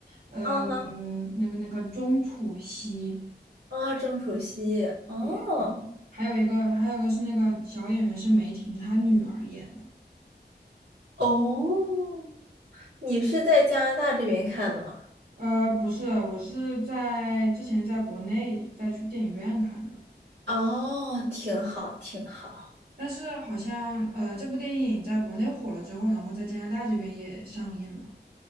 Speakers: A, on the right (about 60°); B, on the right (about 85°).
A: 呃，
B: 啊哈
A: 那个那个钟楚曦，
B: 啊，郑楚曦。哦。
A: 对对，还有一个还有一个是那个小演员是梅婷她女儿演的，
B: 哦，你是在加拿大这边看的吗？
A: 呃，不是，我是在之前在国内再去电影院看的，
B: 哦，挺好，挺好。
A: 但是好像呃这部电影在国内火了之后，然后在加拿大这边也上映了。